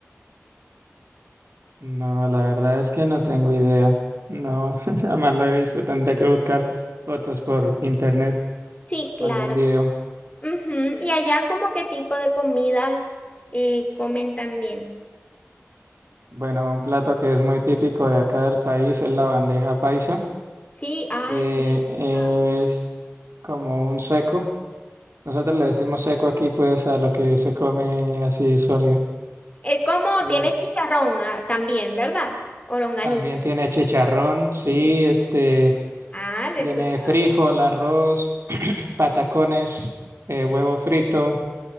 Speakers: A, on the right; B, on the left.
A: No, la verdad es que no tengo idea. No, <laughs> jamás lo he visto. Tendré que buscar fotos por internet
B: Sí, claro.
A: o algún video.
B: Ujú, Y allá, ¿como qué tipo de comidas eh, comen también?
A: Bueno, un plato que es muy típico de acá del país es la bandeja paisa,
B: Sí, ah,
A: que
B: sí, he escuchado.
A: es como un seco Nosotros le decimos seco aquí, pues, a lo que se come así sólido.
B: Es como
A: Eh,
B: tiene chicharrón ah, también, ¿verdad? O longaniza.
A: también tiene chicharrón, sí,
B: Sí.
A: este,
B: Ah, lo
A: tiene
B: he escuchado.
A: frijol, arroz, patacones, eh, huevo frito,